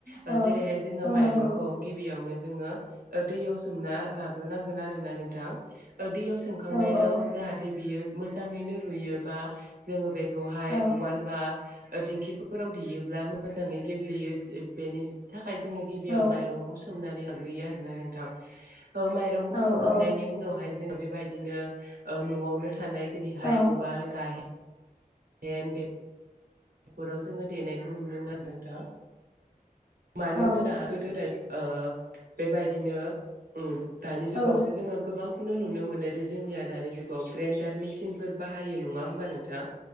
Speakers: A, on the right; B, on the left.
A: ओ
B: औ
A: जेरैहाय जोङो
B: औ
A: माइरं
B: नंगौ
A: खौ गिबियावनो जोङो दैयाव सोमना लाग्रोनांगोन आरोना नोंथां ओ दैयाव सोमखांनायाव
B: औ औ
A: जाहाथे बियो मोजाङैनो रुयोबा जोङो बेखौ- हाय
B: औ
A: उवाल बा ओ दिंखिफोराव देयोब्ला मोजाङै गेब्लेयो बेनि थाखाय जोङो गिबियाव
B: औ
A: माइ- सोमनानै लाग्रोयो आरोना नोंथां ओ माइरंखौ
B: औ
A: सोमखांनायनि
B: औ
A: उावहाय जों बेबायदिनो ओ न'आवनो थानाय जेरैहाय
B: औ
A: उवाल गाहेन- हेन बे- फोराव जोङो देनायखौ नुनो मोनो आरो नोंथां मानो
B: औ
A: होनोबा गोदो गोदाय ओ बेबायदिनो उम दानि जुगावसो
B: औ
A: जोङो गोबां खौनो नुनो मोनो दि जोंनिया दानि जुगाव ग्रेन्डार मेसिनफोर बाहायो नङा होमबा नोंथां